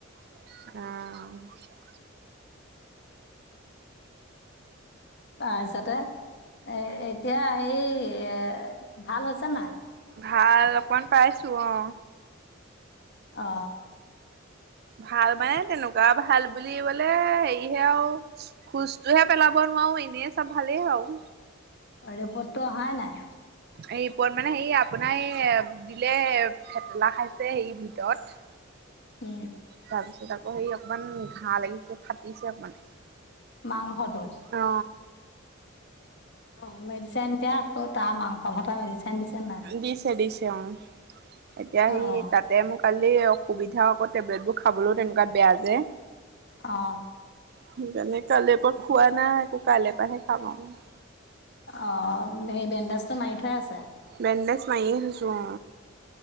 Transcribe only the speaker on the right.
আঁ অঁ।
ভাল অকমান পাইছো অ
ভাল মানে তেনেকুৱা ভাল বুলিবলে হেৰিহে আউ খোজটোহে পেলাব নোৱাও এনেই চব ভালেই হাও
এই ৰিপট মানে হেই আপোনাৰ এই দিলে থেতেলা খাইছে হেই ভিতত
তাৰপিছত আকৌ সেই অকণমান ঘাঁহ লাগিছে ফাটিছে অকমান
অ
দিছে দিছে অ এতিয়া সি
তাতে মোক কালি সুবিধা আকৌ টেবলেটবোৰ খাবলও তেনেকুৱা বেয়া যে
সেইকাৰণে কালিঅ পা খোৱা নাই আকৌ কাইলে পাহে খাম আউ
বেনডেছ মাইয়ে থৈছো অ